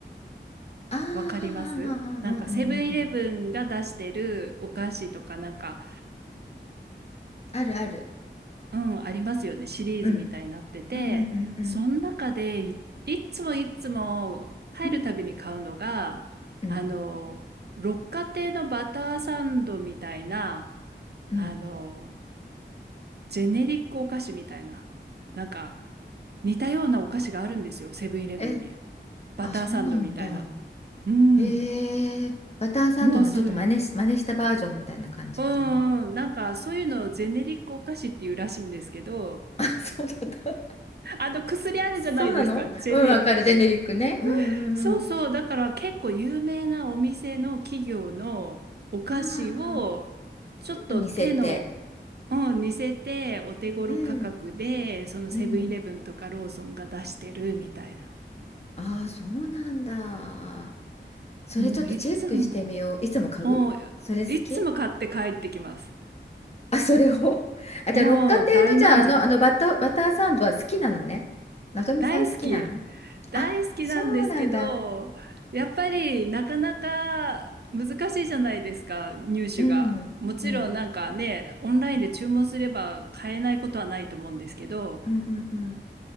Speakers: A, on the left; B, on the right.
A: あーあー、あーあーうんうんうんうん。
B: わかりますなんかセブンイレブンが出してるお菓子とか、なんか、
A: あるある。
B: うん、ありますよね。シリーズみたいになってて、
A: うん、うんうんうんうん。
B: その中でい、いっつもいっつも入るたびに買うのが、
A: うんうん
B: あの、六花亭のバターサンドみたいな、
A: うん。
B: あの、ジェネリックお菓子みたいな、なんか似たようなお菓子があるんですよ、セブンイレブンに。
A: え、
B: バターサンドみたいな。
A: あ、そうなんだ。
B: うん、
A: えー、バターサンドのちょっと真似し、
B: もうそれ。
A: 真似したバージョンみたいな感じかな。
B: うんうん、なんかそういうのをジェネリックお菓子っていうらしいんですけど、
A: <laughs> あ、そうなんだ。
B: あの薬あるじゃないですか、
A: そうなのうん、
B: ジェネリック。
A: わかる。ジェネリックね。うんうんうん。
B: そうそう、だから結構有名なお店の企業のお菓子をちょっと手の、
A: ああ、ちょっと似せて。
B: うん、似せてお手頃価格で、
A: うん
B: そのセブンイレブンとかローソンが出してるみたいな。
A: うん。ああ、そうなんだ。それちょっとチェックしてみよう。
B: もういつも、
A: いつも買うそれ好き
B: うん、いつも買って帰ってきます。
A: <laughs> あ、それを。<laughs> あ、じゃあ、
B: うん、
A: 六花亭の、
B: 大満足。
A: じゃあ、あの、あのバター、バターサンドは好きなのね。のぞみさん好きなの
B: 大好き。大好きなんですけど、
A: あ、そうなんだ。
B: やっぱりなかなか難しいじゃないですか、入手が。
A: うん、
B: もちろんなんかね、
A: うん、
B: オンラインで注文すれば買えないことはないと思うんですけど、
A: うんうんうん